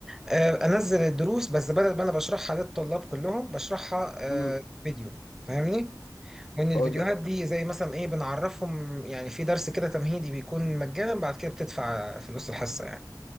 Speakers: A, in the centre; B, on the left (about 50°).
A: آه، انزل الدروس بس بدل ما انا بشرحها للطلاب كلهم بشرحها آه،
B: امم
A: فيديو فاهمني وان الفيديوهات
B: اه ده
A: دي زي مثلا ايه بنعرفهم يعني في درس كده تمهيدي بيكون مجانا بعد كده بتدفع فلوس الحصه يعني